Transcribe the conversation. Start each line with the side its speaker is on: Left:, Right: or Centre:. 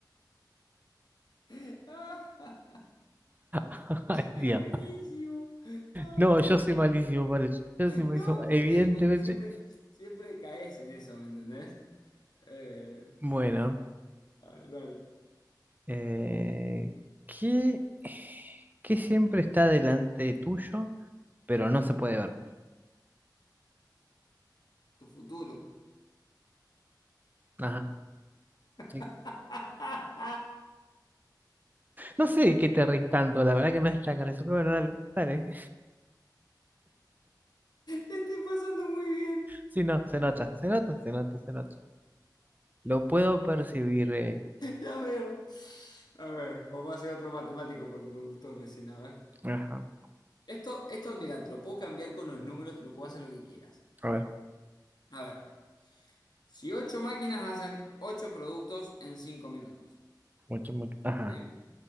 Left: <laughs>
Right: <laughs> Ay, Dios.
Left: Es buenísimo. Ah,
Right: No, yo soy malísimo para eso. Yo soy malísimo.
Left: No, porque,
Right: Evidentemente.
Left: porque siempre, siempre caes en eso, ¿me entendés? Eh,
Right: Bueno,
Left: a ver, dale.
Right: Eh, ¿qué, qué siempre está delante tuyo, pero no se puede ver?
Left: Tu futuro.
Right: Ajá.
Left: <laughs>
Right: sí. No sé de qué te reís tanto, la verdad que no es tan gracioso, pero bueno, dale, dale. <laughs>
Left: Te estoy pasando muy bien.
Right: Sí, no, se nota, se nota, se nota, se nota. Lo puedo percibir. eh,
Left: Ya veo. A ver, vamos a hacer otro matemático porque me gustó recién. A ver.
Right: Ajá.
Left: Esto, esto, mira, te lo puedo cambiar con los números, te lo puedo hacer lo que quieras.
Right: A ver.
Left: A ver, si ocho máquinas hacen 8 productos en cinco minutos,
Right: Mucho, mucho. Ajá.
Left: ¿bien?